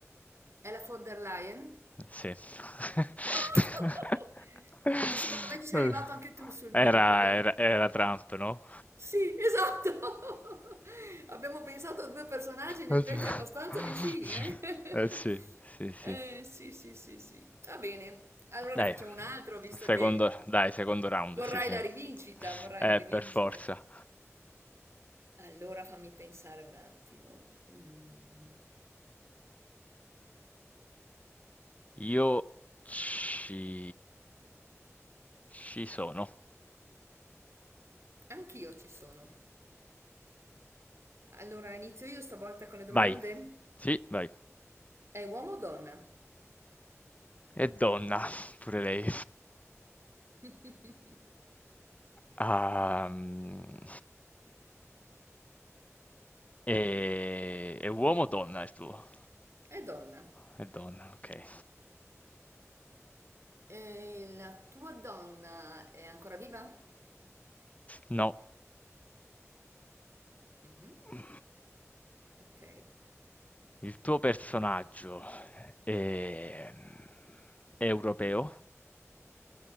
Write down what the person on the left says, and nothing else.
Sì. <laughs>
Uhm,
era
era era Trump, no?
Oddio.
Sì.
Eh sì,
sì, sì.
Dai,
secondo
dai, secondo round,
sì, sì.
Eh,
per forza.
Io ci... ci sono.
Vai. Sì, vai.
E donna, pure lei.
Ehm, e... È uomo o donna il tuo?
È donna, ok.
No.
Il
tuo personaggio è è europeo?